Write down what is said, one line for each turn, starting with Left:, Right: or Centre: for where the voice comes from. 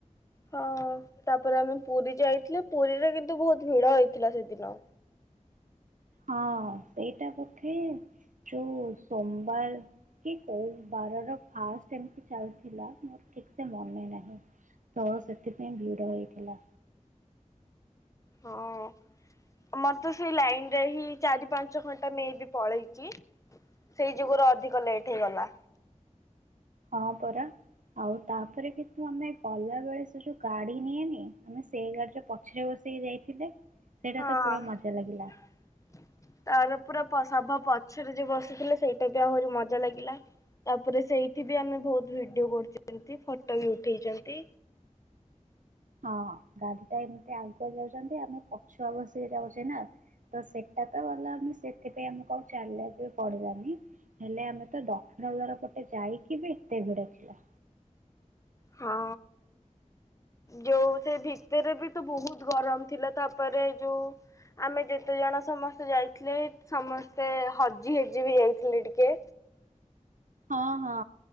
Left: ହଁ ତାପରେ ଆମେ ପୁରୀ ଯାଇଥିଲେ ପୁରୀରେ କିନ୍ତୁ ବହୁତ ଭିଡ ହେଇଥିଲା ସେଦିନ।
Right: ହଁ ସେଇଟା ବୋଧେ ଯୋଉ ସୋମବାର କି କୋଉ ବାରର ଫାଷ୍ଟ ଏମିତି ଚାଲିଥିଲା ମୋର ଠିକ ସେ ମନେ ନାହିଁ ତ ସେଥିପାଇଁ ଭିଡ଼ ହେଇଥିଲା।
Left: ହଁ ମତେ ସେଇ ଲାଇନ ରେ ହିଁ ଚାରି ପାଞ୍ଚ ଘଣ୍ଟା ନେଇବି ପଳେଇଛି ସେଇ ଯୁଗରୁ ଅଧିକ ଲେଟ୍ ହେଇଗଲା।
Right: ହଁ ପରା ଆଉ ତାପରେ କିନ୍ତୁ ଆମେ ଗଲା ବେଳେ ସେ ଯୋଉ ଗାଡି ନିଏନି ଆମେ ସେଇ ଗାଡିରେ ପଛରେ ବସେଇକି ଯାଇଥିଲେ। ସେଇଟା
Left: ହଁ
Right: ତ ପୁରା ମଜା ଲାଗିଲା।
Left: ତାର ପୁର ସଭା ପଛରେ ଯ ବସିଥିଲେ ସେଇଟା ବି ଆହୁରି ମଜା ଲାଗିଲା ତାପରେ ସେଇଠି ବି ଆମେ ବହୁତ ଭିଡିଓ କରୁଛନ୍ତି ଫଟୋ ବି ଉଠେଇଛନ୍ତି।
Right: ହଁ ଗାଡିଟା ଏମିତି ଆଗୁଆ ଯାଉଛନ୍ତି ଆମେ ପଛୁଆ ବସିକି ଯାଉଛେ ନା ତ ସେଟା ତ ଗଲା ସେଥିପାଇଁ ଆମେ ଚାଲାକି କରିବାନି ହେଲେ ଆମେ ତ ଦକ୍ଷିଣଦ୍ଵାର ପଟେ ଯାଇକି ବି ଏତେ ଭିଡ ଥିଲା।
Left: ହଁ ଯୋଉ ସେ ଭିତରେ ବି ତ ବହୁତ ଗରମ ଥିଲା ତାପରେ ଯୋଉ ଆମେ ଯେତେ ଜଣ ସମସ୍ତେ ଯାଇଥିଲେ ସମସ୍ତେ ହଜି ହଜି ବି ଯାଇଥିଲେ ଟିକେ
Right: ହଁ ହଁ